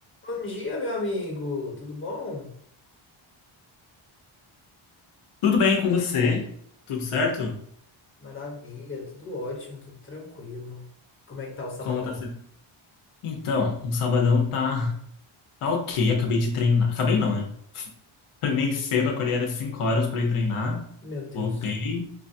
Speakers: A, on the left; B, on the left.
A: Bom dia, meu amigo. Tudo bom?
B: Tudo bem com você? Tudo certo?
A: Maravilha, tudo ótimo, tudo tranquilo. Como é que tá o sabadão?
B: Como tá sendo? Então, o sabadão tá, tá ok. Acabei de treinar. Acabei não, né? Foi meio cedo, acordei era 5 horas pra ir treinar.
A: Meu Deus,
B: Voltei,